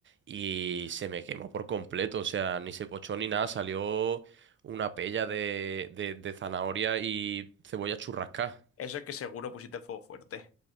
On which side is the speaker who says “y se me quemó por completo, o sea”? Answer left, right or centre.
Right